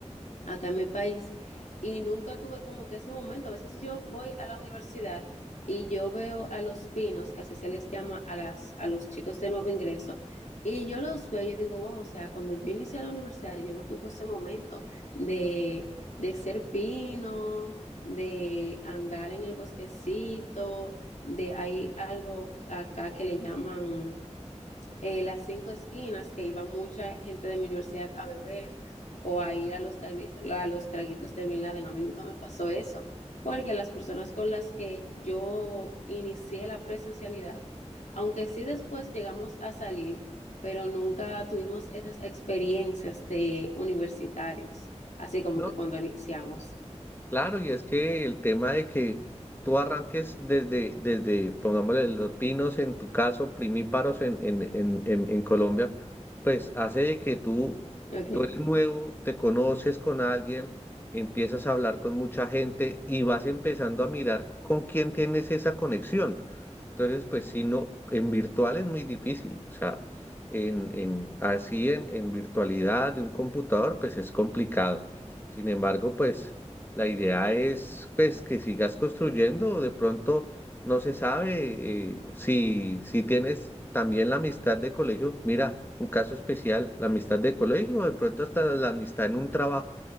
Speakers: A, on the left; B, on the left.
A: acá en mi país, y nunca tuve como que ese momento. A veces yo voy a la universidad y yo veo a los pinos, que así se les llama a, las, a los chicos de nuevo ingreso, y yo los veo y yo digo, wow, o sea, cuando yo inicié la universidad, yo no tuve ese momento de, de ser pino, de andar en el bosquecito, de hay algo acá que le llaman eh, las cinco esquinas, que iba mucha gente de mi universidad a beber o a ir a los, tragui- a los traguitos de Bin Laden. A mí nunca me pasó eso, porque las personas con las que yo inicié la presencialidad, aunque sí después llegamos a salir, pero nunca tuvimos esas experiencias de universitarios, así como
B: No,
A: que cuando iniciamos.
B: Claro, y es que el tema de que tú arranques desde, desde, pongámosle, los pinos en tu caso, primíparos en, en, en, en, en Colombia, pues hace de que tú,
A: Ok,
B: tú eres nuevo, te conoces con alguien, empiezas a hablar con mucha gente y vas empezando a mirar con quién tienes esa conexión. Entonces, pues si no, en virtual es muy difícil, o sea, en, en, así en, en virtualidad de un computador, pues es complicado. Sin embargo, pues... La idea es pues que sigas construyendo, de pronto no se sabe eh, si, si tienes también la amistad de colegio, mira, un caso especial, la amistad de colegio o de pronto hasta la amistad en un trabajo.